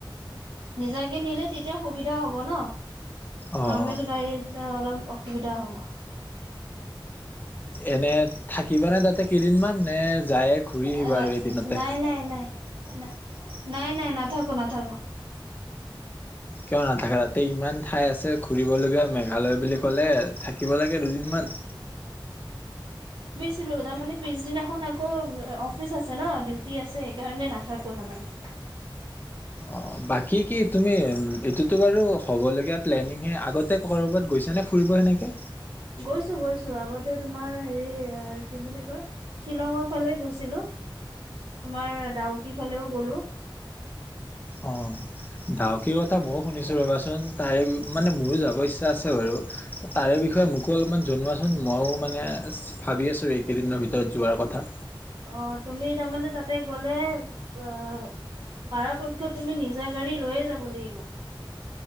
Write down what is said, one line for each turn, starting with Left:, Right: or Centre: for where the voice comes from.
Right: নিজাকে নিলে তেতিয়া সুবিধা হ'ব ন।
Left: অ
Right: নৰ্মেল
Left: অ
Right: গাড়ী অলপ অসুবিধা হ'ব।
Left: এনে থাকিবা নে তাতে কেইদিনমান নে যায়ে ঘূৰি
Right: <unintelligible>
Left: আহিবা আৰু এদিনতে
Right: নাই নাই নাই না নাই নাই নাথাকো নাথাকো।
Left: কিয় নাথাকে, ৰাতি ইমান ঠাই আছে। ঘুৰিবলগীয়া মেঘালয় বুলি ক'লে থাকিব লাগে দুদিনমান।
Right: ছিলো তাৰ মানে পিছদিনাখন আকৌ অফিচ আছে ন ডিউটি আছে, সেইকাৰণে নাথাকো তাৰমানে
Left: অ' বাকী কি তুমি এইটোতো বাৰু হ'বলগীয়া প্লেনিংহে আগতে ক'ৰবাত গৈছা নে ফুৰিব এনেকে?
Right: গৈছো গৈছোঁ আগতে তোমাৰ হেৰি কি বুলি কয়, শ্বিলঙৰ ফালে গৈছিলোঁ, তোমাৰ ডাউকি ফালেও গ'লো
Left: অৱ ডাউকীৰ কথা ময়ো শুনিছোঁ ৰবাচোন তাৰে মানে মোৰো যাব ইচ্ছা আছে বাৰু তাৰে বিষয়ে মোকো অলপমান জনোৱাচোন ময়ো মানে ভাবি আছোঁ এইকেইদিনৰ ভিতৰত যোৱাৰ কথা।
Right: অ তুমি তাৰমানে তাতে গলে অহ পৰাৰপক্ষত তুমি নিজা গাড়ী লৈয়ে যাব লাগিব।